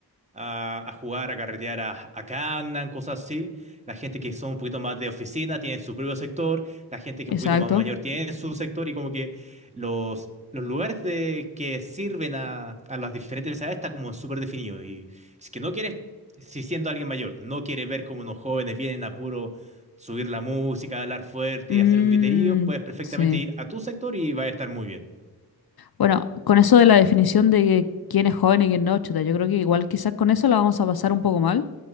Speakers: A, on the right; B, on the left.
A: a, a jugar, a carretear a, a Gangnam, cosas así. La gente que son un poquito más de oficina tiene su propio sector, la gente que
B: exacto.
A: es un poquito más mayor tiene su sector y como que los, los lugares de, que sirven a, a las diferentes edades está como súper definido. Y si es que no quieres, si siendo alguien mayor, no quiere ver como unos jóvenes vienen a puro subir la música, hablar fuerte,
B: Mm,
A: hacer un griterío, puedes perfectamente
B: sí.
A: ir a tu sector y va a estar muy bien.
B: Bueno, con eso de la definición de quién es joven y quién no, chuta, yo creo que igual quizás con eso la vamos a pasar un poco mal,